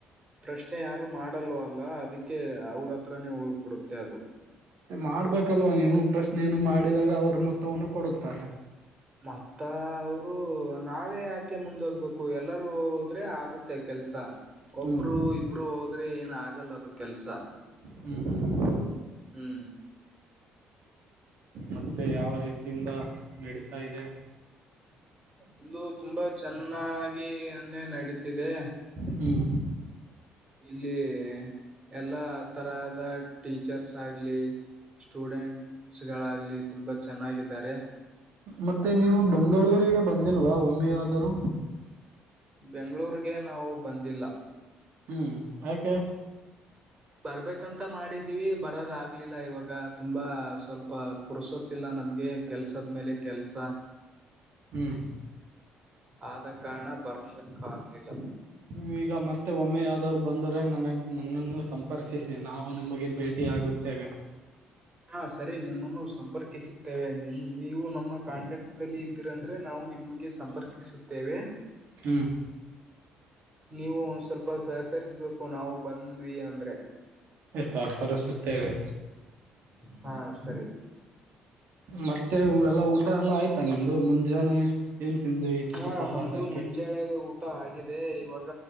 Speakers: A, on the right; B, on the right.
A: ಪ್ರಶ್ನೆ ಯಾರು ಮಾಡಲ್ವಲ್ಲ ಅದಕ್ಕೆ ಅವ್ರ ಹತ್ರನೇ ಉಳ್ದ್ ಬಿಡುತ್ತೆ ಅದು
B: ಮಾಡ್ಬೇಕಲ್ವಾ ನೀವು ಪ್ರಶ್ನೆಯನ್ನು ಮಾಡಿದಾಗ ಅವ್ರು ಮೊತ್ತವನ್ನು ಕೊಡುತ್ತಾರೆ
A: ಮತ್ತ ಅವರು ನಾವೇ ಯಾಕೆ ಮುಂದೋಗ್ಬೇಕು ಎಲ್ಲರೂ ಹೋದ್ರೆ ಆದ್ರೆ ಆಗುತ್ತೆ ಕೆಲ್ಸ ಒಬ್ಬರು
B: ಹ್ಮ್
A: ಇಬ್ರು ಹೋದ್ರೆ ಏನ್ ಆಗಲ್ಲ ಅದು ಕೆಲ್ಸ
B: ಹ್ಮ್ ಹ್ಮ್
A: ಹ್ಮ್
B: ಮತ್ತೆ ಯಾವ ರೀತಿಯಿಂದ ನಡೀತಾ ಇದೆ
A: ಒಂದು ತುಂಬಾ ಚೆನ್ನಾಗಿೆ ನಡೀತಿದೆ
B: ಹ್ಮ್
A: ಇಲ್ಲಿ ಎಲ್ಲಾ ತರದ ಟೀಚರ್ಸ್ ಆಗ್ಲಿ ಸ್ಟೂಡೆಂಟ್ಸ್ ಗಳಾಗ್ಲಿ ತುಂಬಾ ಚೆನ್ನಾಗಿದ್ದಾರೆ
B: ಮತ್ತೆ ನೀವು ಬೆಂಗಳೂರಿಗೆ ಬಂದಿಲ್ವಾ ಒಮ್ಮೆ ಆದರೂ
A: ಬೆಂಗಳೂರ್ಗೆ ನಾವು ಬಂದಿಲ್ಲ
B: ಹ್ಮ್ ಯಾಕೆ
A: ಬರ್ಬೇಕಂತ ಮಾಡಿದೀವಿ ಬರದ ಆಗ್ಲಿಲ್ಲ ಇವಾಗ ತುಂಬಾ ಸ್ವಲ್ಪ ಪ ಪುರುಸೊತ್ತಿಲ್ಲ ನಮ್ಗೆ ಕೆಲ್ಸದ ಮೇಲೆ ಕೆಲ್ಸ
B: ಹ್ಮ್
A: ಆದ ಕಾರಣ ಬರ್ಸಕ್ ಆಗ್ಲಿಲ್ಲ
B: ನೀವೀಗ ಮತ್ತೆ ಒಮ್ಮೆ ಯಾದರೂ ಬಂದರೆ ನನಗೆ ನನ್ನನ್ನು ಸಂಪರ್ಕ್ಷಿಸಿ ನಾವು ನಿಮಗೆ ಭೇಟಿ ಆಗುತ್ತೇವೆ
A: ಹಾ ಸರಿ ನಿಮ್ಮನ್ನು ಸಂಪರ್ಕಿಸುತ್ತೇವೆ ನಿಮ್ ನೀವು ನಮ್ಮ ಕಾಂಟ್ಯಾಕ್ಟ್ಲ್ಲಿ ಇದ್ದೀರಂದ್ರೆ ನಾವು ನಿಮಗೆ ಸಂಪರ್ಕಿಸುತ್ತೇವೆ
B: ಹ್ಮ್
A: ನೀವು ಒಂದ್ ಸ್ವಲ್ಪ ಸಹಕರಿಸ್ಬೇಕು ನಾವು ಬಂದ್ವಿ ಅಂದ್ರೆ
B: ಸಹಕರಿಸುತ್ತೇವೆ
A: ಹಾ ಸರಿ
B: ಮತ್ತೆ ಎಲ್ಲ ಊಟ ಎಲ್ಲ ಆಯ್ತಾ ನಿಮ್ದು ಮುಂಜಾನೆ ಏನ್ ತಿಂದ್ರಿ
A: ಹಾ
B: ಉಪಹಾರಕ್ಕೆ
A: ನಮ್ದು ಮುಂಜಾನೆ ದು ಊಟ ಆಗಿದೆ ಇವಾಗ